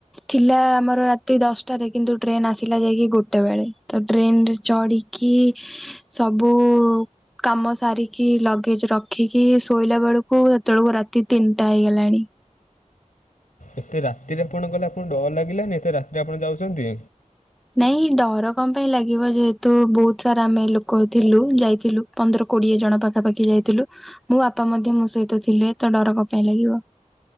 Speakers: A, in the centre; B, on the left.
A: ଥିଲା ଆମର ରାତି ଦଶଟାରେ, କିନ୍ତୁ ଟ୍ରେନ ଆସିଲା ଯାଇକି ଗୋଟେ ବେଳେ ତ ଟ୍ରେନ ରେ ଚଢ଼ିକି ସବୁ କାମ ସାରିକି ଲଗେଜ୍ ରଖିକି ଶୋଇଲା ବେଳକୁ ସେତେବେଳକୁ ରାତି ତିନିଟା ହେଇଗଲାଣି।
B: ଏତେ ରାତିରେ ଆପଣ ଗଲେ ଆପଣଙ୍କୁ ଡର ଲାଗିଲାନି ଏତେ ରାତିରେ ଆପଣ ଯାଉଛନ୍ତି।
A: ନାଇଁ ଡର କଣ ପାଇଁ ଲାଗିବ ଯେହେତୁ ବହୁତ ସାରା ଆମେ ଲୋକ ଥିଲୁ ଯାଇଥିଲୁ। ପନ୍ଦର କୋଡ଼ିଏ ଜଣ ପାଖାପାଖି ଯାଇଥିଲୁ ମୋ ବାପା ମଧ୍ୟ ମୋ ସହିତ ଥିଲେ ତ ଡର କଣ ପାଇଁ ଲାଗିବ।